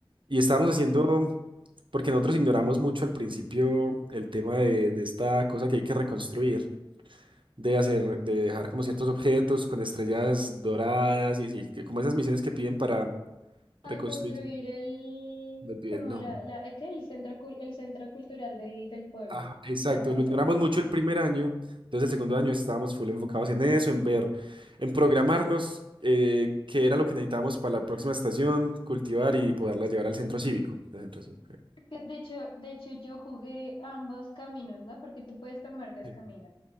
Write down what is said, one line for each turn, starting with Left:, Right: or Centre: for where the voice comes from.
Right: y estábamos
Left: ujú.
Right: haciendo, porque nosotros ignoramos mucho al principio el tema de, de esta cosa que hay que reconstruir, de hacer, de dejar como ciertos objetos con estrellas doradas y sí, que- como esas misiones que piden para
Left: a
Right: reconstruir.
Left: construir el,
Right: Me olvidé
Left: como
Right: el nombre.
Left: la, la, ¿qué? El centro, cul- el centro cultural del, del pueblo,
Right: Ajá, exacto,
Left: reconstruirlo.
Right: lo ignoramos mucho el primer año, entonces el segundo año estábamos full enfocados en eso, en ver, en programarnos eh, qué era lo que necesitábamos para la próxima estación, cultivar y poderla llevar al centro cívico. al centro cívico. eh.
Left: Que de hecho, de hecho, yo jugué ambos caminos, ¿no? Porque tú puedes tomar dos
Right: Sí.
Left: caminos.